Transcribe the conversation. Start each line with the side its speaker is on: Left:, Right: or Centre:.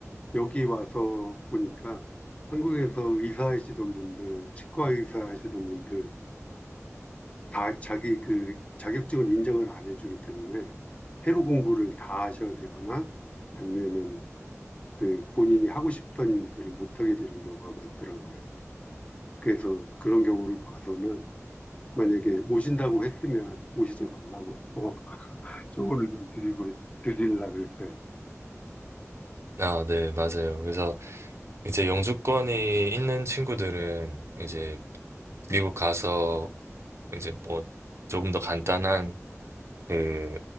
Left: 여기 와서 보니까 한국에서 의사 하시던 분들, 치과 의사 하시던 분들 다 자기 그 자격증을 인정을 안 해주기 때문에 해로 공부를 다 하셔야 되거나 아니면은 그 본인이 하고 싶던 일들을 못하게 되는 경우가 많더라고요. 그래서 그런 경우를 봐서는 만약에 오신다고 했으면 오시지 말라고 <laughs> 조언을 좀 드리고 드리려고 했어요
Right: 아, 네, 맞아요. 그래서 이제 영주권이 있는 친구들은 이제 미국 가서 이제 뭐 조금 더 간단한 그